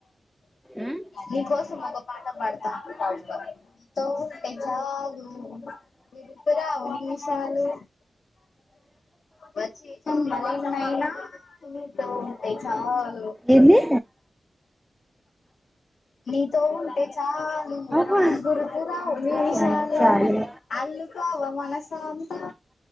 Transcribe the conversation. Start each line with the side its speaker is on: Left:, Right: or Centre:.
Centre: ఉమ్
Left: నీకోసం ఒక పాట పాడతా అ పాడు నీ తో ఉంటే చాలు బ్యూ గుర్తు రావు నిమిశాలు వచ్చే జన్మలెనైనా నీ తో ఉంటే చాలు
Centre: ఎంది
Left: నీ తో ఉంటే చాలు
Centre: అబ్బా
Left: గుర్తు రావు నిమిశాలు
Centre: నిమిషాలు
Left: అల్లు కొవ మనసంత్త